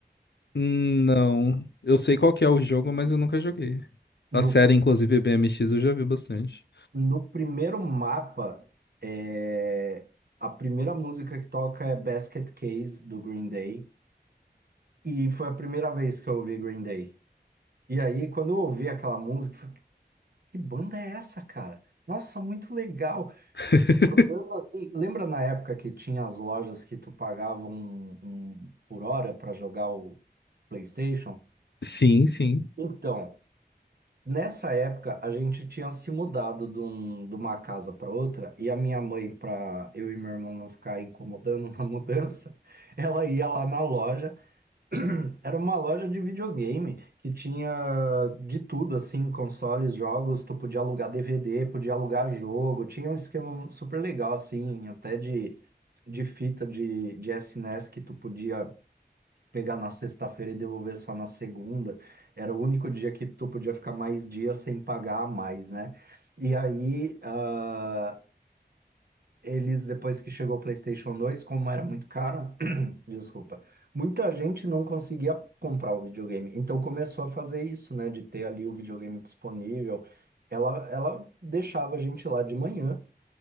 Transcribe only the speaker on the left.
Hum, Não. Eu sei qual que é o jogo, mas eu nunca joguei.
A série, inclusive, BMX, eu já vi bastante.
<laughs>
Sim, sim.